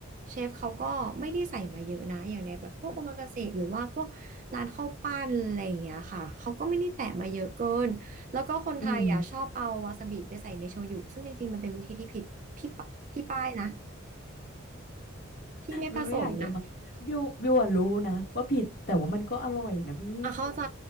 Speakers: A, on the right (about 40°); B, on the left (about 45°).
A: เชฟเขาก็ไม่ได้ใส่มาเยอะนะอย่างในแบบพวกโอมากาเสะหรือว่าพวกร้านข้าวปั้นอะไรอย่างเงี้ยค่ะเขาก็ไม่ได้แตะมาเยอะเกินแล้วก็คนไทยอะชอบเอาวาซาบิไปใส่ในโชยุซึ่งจริงๆมันเป็นวิธีที่ผิดพี่ปะพี่ป้ายนะ
B: อืม
A: พี่ไม่ผสมนะ
B: บิวไม่อยากจะมาบิวบิวอะรู้นะว่าผิดแต่ว่ามันก็อร่อยนะพี่
A: อ่ะเข้าใจ